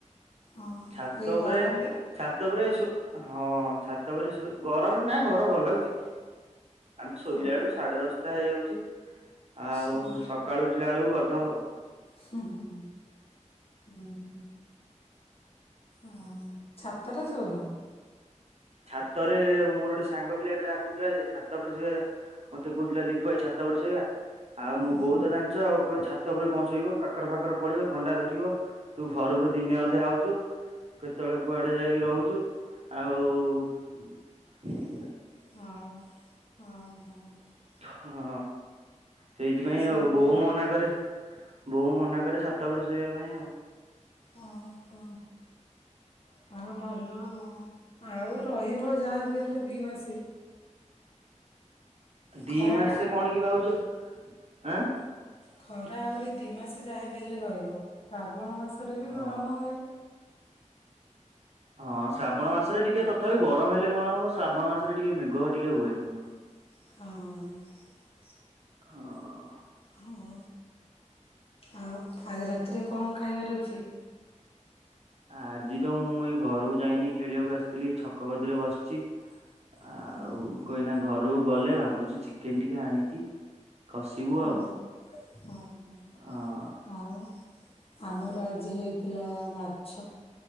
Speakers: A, on the left (about 50°); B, on the right (about 55°).
A: ଓହୋ
B: ଛାତ
A: ଏଇ
B: ଉପରେ
A: ଗରମରେ
B: ଛାତ ଉପରେ ସୋ ହଁ ଛାତ ପରେ ସୋ ଗରମରେ ନା ଘର ଭଲ ଲାଗୁଛି। ଆମେ ଶୋଇଲା
A: ଓହୋ
B: ବେଳୁ ସାଢେ ଦଶଟା ହେଇଯାଉଛି। ଜ। ଆଉ
A: ହୁଁ
B: ସକାଳୁ ଉଠିଲା ବେଳକୁ କ ତ
A: ହୁଁ ହଁ ହ ହୁଁ ହଁ। ହ ଛାତରେ ସୋଉନ।
B: ଛାତରେ ମୋର ଗୋଟେ ସାଙ୍ଗ ପିଲା ଟେ ଡ଼ାକୁଥିଲା ଯେ ଛାତ ଉପରେ ଶୋଇବା ମତେ କହୁଥିଲେ ଦୀପଇ ଛାତ ବରେ ଶୋଇଆ ଆଉ ମୁଁ
A: ହୁଁ
B: ବହୁତ ଜାଣିଛ ଆଉ ଛା ଅତ ଉପରେ କଣ ଶୋଇବ କାକର ଫାକର ପଡିବ ଥଣ୍ଡା ଧରିବ, ତୁ ଘରକୁ ଦିନେ ଅଧେ ଆଉଚୁ, କେତେବେଳେ କୁଆଡେ ଯାଇକି ରଉଚୁ ଆଉ ବହୁତ
A: ହଁ ହ ହୋ।
B: ହୁଁ। ସେଇଥିପାଇଁ
A: ସେଇଆ
B: ଆଉ ବୋଉ ମନା କରେ। ବୋଉ ମନା କରେ ସାତ ପରେରେ ଶୋଇବା ପାଇଁ ଆଉ।
A: ଓ ହ। ହଁ ଭଲ ଆଉ ଆଉ ରହିବ ଯାହା ଆ ହେଲେ ଦି ମାସେ।
B: ଦି
A: ଖରାଟା
B: ମାସେ କଣ କି ଭାଉଜ? ଆଁ।
A: ଖରା ଆହୁରି ଦି ମାସ ଯାହା ବି ହେଲେ ରହିବ। ଶ୍ରବଣ ମାସରେ ବି
B: ହଁ।
A: ଗରମ ହୁଏ।
B: ହଁ ଶ୍ରାବଣ ମାସରେ ଟିକେ ତଥାପି ଗରମ ହେଲେ କଣ ହବ ଶ୍ରାବଣ ମାସରେ ଟିକେ ମେଘ ଟିକେ ହୁଏ କିନ୍ତୁ
A: ହଁ।
B: ହଁ।
A: ହଁ। ଆଉ ଆଜି ରାତିରେ କଣ ଖାଇବାର ଅଛି।
B: ଆଜି ତ ମୁଁ ଏଇ ଘରକୁ ଯାଇନି ଖେଳିବାକୁ ଆସିଥିଲି ଛକ ଗଦିରେ ବସିଛି। ଆଉ
A: ହୁଁ
B: କହିଇନା ଘରୁ ଗଲେ ଭାବୁ ଚିକେନ ଟିକେ ଆଣିକି କଷିବୁ
A: ହଁ
B: ଆଉ।
A: ହଁ ହଁ
B: ହଁ
A: ଆଉ ଆମର ଆଜି ହେଇଥିଲା ମାଛ